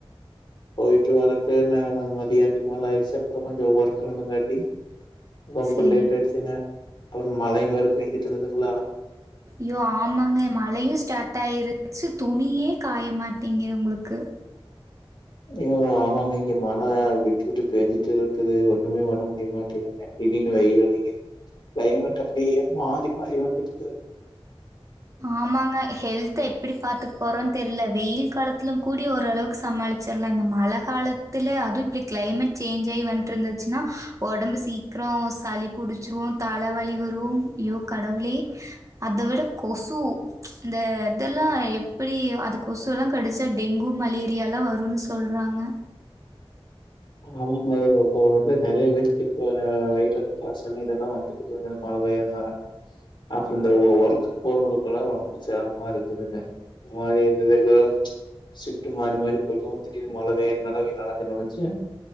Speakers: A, on the left; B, on the right.
A: போயட்டு வறக்கு என்ன மதியக்கு மேலயடுச்சு அப்புறம் கொஞ்சம் ஓர்கும் இருந்தங்காட்டி ரொம்ப
B: சரிங்க.
A: லேட் ஆயிடுச்சங்க அ மழைய வேற போய்ஞ் தெரியுதுங்களா
B: யோ ஆமாங்க மழையும் ஸ்டார்ட் ஆயிருச்சு துணியே காயமாட்ட இங்கே உங்களுக்கு
A: யோ ஆமாங்க இங்க மழை விட்டு விட்டு பேஞ்சுட்டே இருக்குது ஒண்ணுமே பண்ண முடியலங்க ங்க திடிர்னு வெயில்அடிக்குது கிளைமேட் அப்படியே மாறி மாறி வந்துட்டு இருக்குது
B: ஆமாங்க ஹெல்தி எப்படி பாரத்துக்கு போறோம் தெரியில வெயில் காலத்தை கூடி ஓரளவுக்கு சமாளிச்சிடலாம் இந்த மழை காலத்தில அதுவும் இப்படி கிளைமேட் சேஞ்ச் ஆகி வந்துட்டு இருந்துச்சுன்னா உடம்பு சீக்கிரம் சளி பிடிச்சிரும் தலைவலி வரும் ஐயோ கடவுளே அதை விட கொசு இந்த இதெல்லாம் எப்படி அது கொசுல்லாம் கடிச்சா டெங்கு மலேரியலாம் வரும்ன்னு சொல்றாங்க
A: ஆமாங்க இப்ப வந்து நெறைய பேருக்கு இப்ப வய பசங்க இ இதெல்லாம் வந்து மழை பெயிறதுனால அப்புறம் இந்த ஒர்க் போறவங்க ல்லாம் ரொம்ப சிரமமா இருக்குதுங்க இந்த மாதிரி ரெகுலர ஷிப்ட் மாறி மாறி போயிட்டும் திடிர்னு மழை வேற வெயில் ஏதாவது வந்துச்சு